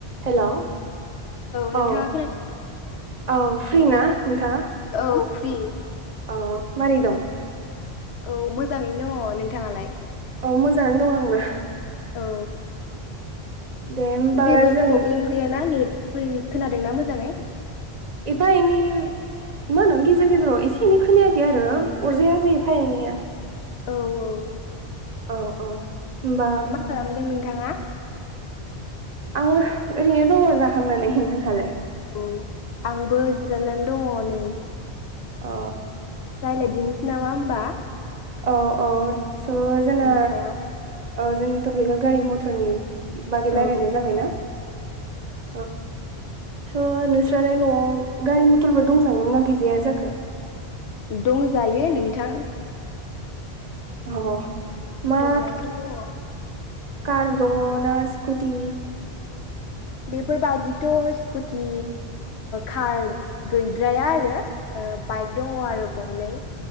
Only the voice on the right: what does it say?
Hello औ।
औ फ्रि ना नोंथाङा।
औ मोरै दं?
औ मोजाङानो दं आंबो।
दे होमबा
जों
एफा एनै मा होनो गेजेर गेजेराव एसे एनै खोनायाखै आरो अरजाया बे एफा एनैया।
औ औ होनबा
आङो ओरैनो दङ जाखांनानै नों हालाय?
अ।
औ औ स जोङो
औ जोंनि टपिकआ गारि मथरनि बागै
रायलायनाय जाबायना। औ। स नोंस्रालाय नआव गारि मथरफोर दं जायो ना गैजाया जाखो।
अ मा
कार दङ ना स्कुटि। <inaudible>